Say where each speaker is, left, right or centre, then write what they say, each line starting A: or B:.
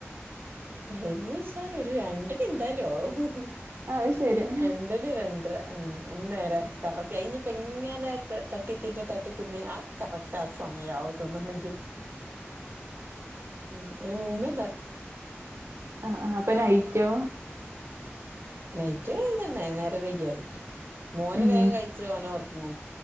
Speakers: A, on the right (about 50°); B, on the right (about 70°).
A: ടൈമ് ഓയ്ച്ചാല് ഒരു രണ്ടണി എന്തായാലും ആവും
B: അത് ശരിയാ
A: രണ്ടണി രണ്ടര ഉം അതെന്നേറേ കറക്റ്റ് അയിനിപ്പ എങ്ങനെ തട്ടിത്തിന്നെ തട്ടിത്തിന്നെ ആ കറക്റ്റ് ആ സമയാവും തിന്നണെങ്കില് ഉം ഇതിന് മുൻപ്
B: ആ അപ്പൊ നൈറ്റോ
A: നൈറ്റ് ഇതന്നെ നേരം വെയ്കിയ കയ്ക്കാ മോൻ
B: ഉം
A: വേഗം കഴിച്ച ഓൻ ഒറങ്ങും